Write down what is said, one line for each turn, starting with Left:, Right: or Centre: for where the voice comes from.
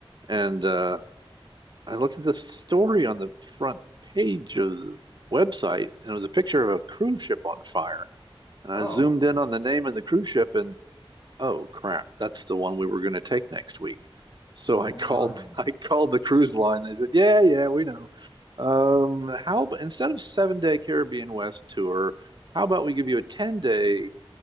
Right: and uh, I looked at this story on the front page of the website, and it was a picture of a cruise ship on fire. And I
Left: Oh,
Right: zoomed in on the name of the cruise ship, and oh crap, that's the one we were going to take next week. So
Left: oh
Right: I called
Left: my.
Right: <laughs> I called the cruise line. They said, yeah, yeah, we know. Um, how about instead of seven day Caribbean West tour, how about we give you a 10 day